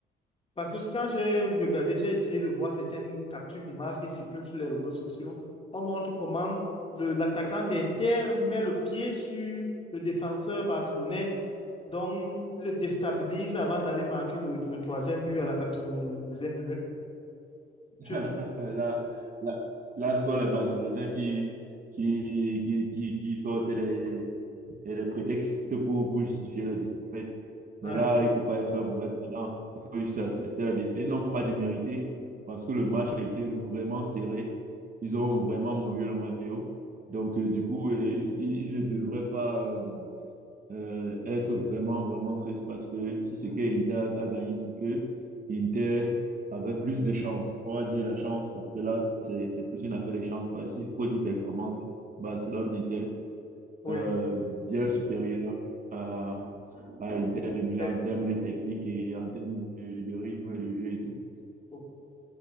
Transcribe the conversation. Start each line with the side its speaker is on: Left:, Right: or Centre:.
Left: Parce que quand j'ai regardé, j'ai essayé de voir certaines captures d'images qui circulent sur les réseaux sociaux. On montre comment le, l'attaquant d'Inter met le pied sur le défenseur barcelonais Donc, le déstabilise avant d'aller marquer le, le troisième but à la quatre-vingt-douzième minute.
Right: <laughs>
Left: Tu ne
Right: Là, là, là sont les Barcelonais qui, qui, qui, qui, qui sortent les, les prétextes pour, pour justifier la défaite. Mais
Left: Ah,
Right: là, il ne faut pas être un mauvais perdant. Il faut juste accepter la défaite. Ils n'ont pas démérité parce que le match a été vraiment serré. Ils ont vraiment mouillé le maillot. Donc, euh, du coup, euh, ils, ils ne devraient pas. euh, euh, être vraiment, vraiment triste parce que si c'est que Inter a a gagné, c'est que Inter avait plus de chance. On va dire la chance parce que là, c'est c'est plus une affaire de chance parce qu'il faut dire performance. Barcelone était
Left: oui.
Right: euh, bien supérieur à, à Inter de Milan
Left: Mais
Right: en termes de technique et en termes de, de rythme de jeu et tout.
Left: Bon,